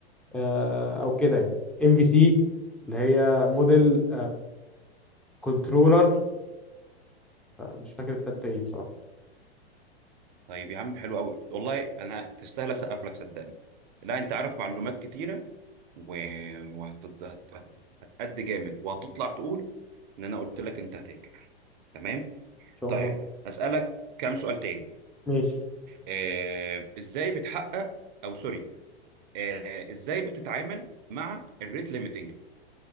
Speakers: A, in the centre; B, on the right.
A: آه، او كده يعني ام في سي اللي هي موديل كنترولر مش فاكر التالتة ايه بصراحه
B: طيب يا عم حلو قوي والله انا تستاهل اسقف لك صدقني لا انت عارف معلومات كتيره و... وهتقد جامد وهتطلع تقول ان انا قلت لك انت هتنجح تمام
A: ان شاء
B: طيب
A: الله
B: أسألك كام سؤال تاني
A: ماشي
B: آه، ازاي بتحقق او سوري آه، ازاي بتتعامل مع الريت ليميتنج